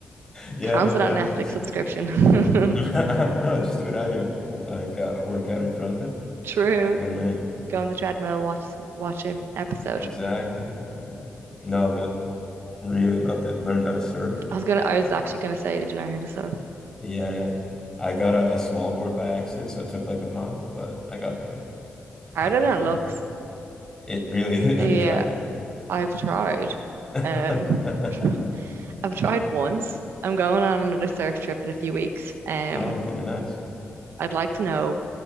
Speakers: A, on the left; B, on the right.
A: yeah.
B: Cancelled
A: yeah.
B: that Netflix
A: It's
B: subscription.
A: <laughs> No, just do what I do and like uh, work out in front of it.
B: <laughs> True.
A: Win-win.
B: Go on the treadmill, watch watch an episode.
A: Exactly, exactly. No, but really loved it. Learned how to surf.
B: I was gonna I
A: Uh,
B: was actually gonna say, did you learn how to surf?
A: yeah, I got a, a small board by accident, so it took like a month, but I got there.
B: Harder
A: <laughs>
B: than it looks.
A: It really, <laughs>
B: Yeah,
A: have you tried?
B: I've tried.
A: <laughs>
B: Um <laughs> tr- I've tried once. I'm going on another surf trip in a few weeks. Um
A: Oh, okay, nice.
B: I'd like to know